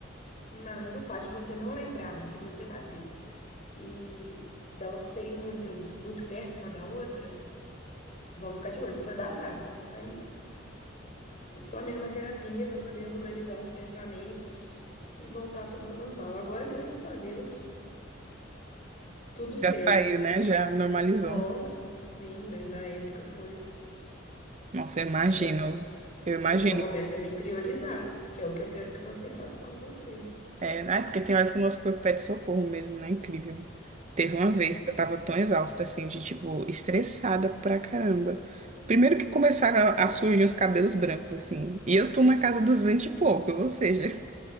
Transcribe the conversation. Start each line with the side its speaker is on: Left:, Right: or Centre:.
Left: Mas o fato de você não lembrar que você bateu e delas serem muitas, muito perto uma da outra, vamos ficar de olho, foi batata. Aí só mesmo a terapia para poder organizar os pensamentos e voltar tudo ao normal. Agora, graças a Deus, tudo certo.
Right: Já saiu, né?
Left: Mas,
Right: Já normalizou.
Left: Nossa, sim, mas na época foi.
Right: Nossa, eu imagino.
Left: E
Right: Eu imagino
Left: e foi o momento de eu me priorizar, que é o que eu quero que você faça com você.
Right: É, né? Porque tem horas que o nosso corpo pede socorro mesmo, né? Incrível. Teve uma vez
Left: né?
Right: que eu tava tão exausta, assim, de tipo, estressada pra caramba. Primeiro que começaram a, a surgir os cabelos brancos, assim. E eu tô na casa dos 20 e poucos, ou seja,